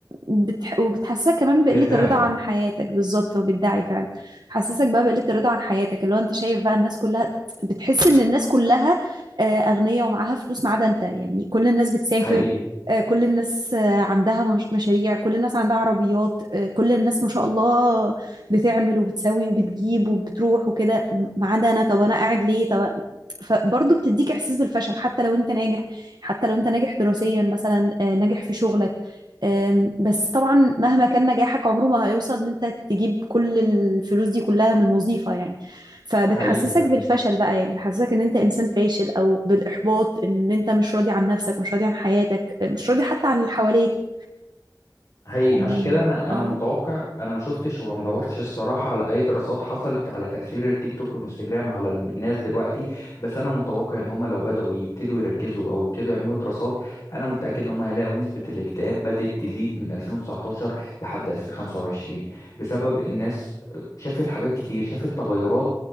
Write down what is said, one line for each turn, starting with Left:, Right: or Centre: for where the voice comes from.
Right: بتح... وبتحسسك كمان بقلة
Left: بيدعي
Right: الرضا عن حياتك بالظبط هو بيدعي فعلا حسسك بقى بقلة الرضا عن حياتك اللي هو انت شايف بقى الناس كلها بتحس ان الناس كلها آه، اغنياء ومعاها فلوس ما عدا انت يعني كل الناس بتسافر
Left: حقيقي
Right: آه، كل الناس آه، عندها مش- مشاريع كل الناس عندها عربيات آه، كل الناس ما شاء الله بتعمل وبتسوي وبتجيب وبتروح وكده م- ما عدا انا طب انا قاعد ليه طب فبرضه بتديك احساس بالفشل حتى لو انت ناجح حتى لو انت ناجح دراسيا مثلا آه، ناجح في شغلك أم، بس طبعا مهما كان نجاحك عمره ما هيوصل ان انت تجيب كل الفلوس دي كلها من وظيفة يعني فبتحسسك
Left: حقيقي
Right: بالفشل بقى يعني بتحسسك ان انت انسان فاشل او بالاحباط ان انت مش راضي عن نفسك مش راضي عن حياتك مش راضي حتى عن اللي حواليك
Left: هي
Right: يعني
Left: عشان كده انا انا
Right: اه
Left: متوقع انا ما شفتش وما دورتش الصراحه على اي دراسات حصلت على تاثير التيك توك والانستجرام على الناس دلوقتي بس انا متوقع ان هم لو بداوا يبتدوا يركزوا او يبتدوا يعملوا دراسات انا متاكد ان هم هيلاقوا نسبه الاكتئاب بدات تزيد من 2019 لحد 2025 بسبب الناس شافت حاجات كتير شافت تغيرات